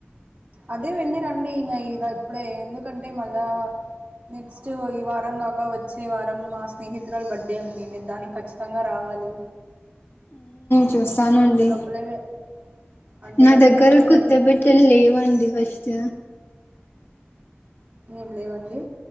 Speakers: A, on the right (about 30°); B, on the left (about 55°).
A: అదే వెళ్ళి రండి ఇకా ఇగ ఇప్పుడే ఎందుకంటే మళ్ళా నెక్స్ట్ ఈ వారం కాక వచ్చే వారం మాస్ స్నేహితురాల బర్త్ డే ఉంది మీరు దానికి ఖచ్చితంగా రావాలి
B: చూస్తానండి
A: అంత లోపలే వె అంత
B: నా
A: లోపలే
B: దగ్గర
A: వెళ్ళిరండి
B: <unintelligible> పెట్ <unintelligible> లేవండి ఫస్ట్
A: ఏం లేవండి